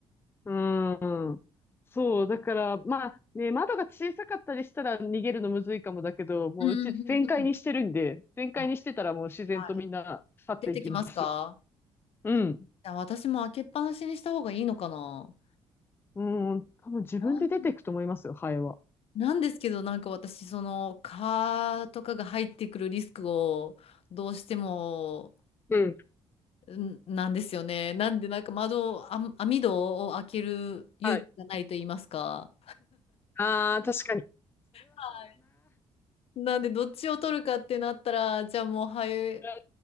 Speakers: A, on the left; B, on the left.
A: うん。そう、だから、まあね、窓が小さかったりしたら逃げるのむずいかもだけど、もううち全開にしてるんで、
B: うんうんうんうん。
A: 全開にしてたらもう自然とみんな去っていきます。
B: あはい。出てきますか
A: うん。
B: あ、私も開けっぱなしにした方がいいのかな。
A: うん、多分自分で出ていくと思いますよ、
B: なん
A: ハエは。
B: なんですけど、なんか私、その、蚊とかが入ってくるリスクを、どうしても、
A: うん。
B: んなんですよね。なんで、なんか窓を、あ、網戸を開ける勇気がないと言いますか。
A: はい。ああ、確かに。
B: はいなんで、どっちを取るかってなったら、じゃあもう、はい、
A: うん